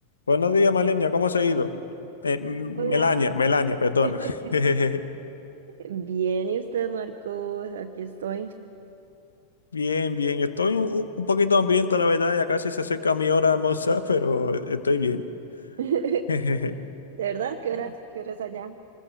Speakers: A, on the left; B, on the right.
A: Buenos días, Malenia, ¿cómo has ido? Eh, M-
B: Hola.
A: Melania, Melania, perdona.
B: <laughs>
A: <laughs>
B: Bien, ¿y usted, Marcos? Aquí estoy.
A: Bien, bien, estoy un, un poquito hambriento, la verdad, ya casi se acerca mi hora de almorzar, <laughs> pero estoy bien.
B: <laughs> ¿De
A: <laughs>
B: verdad? ¿Qué hora, qué hora es allá?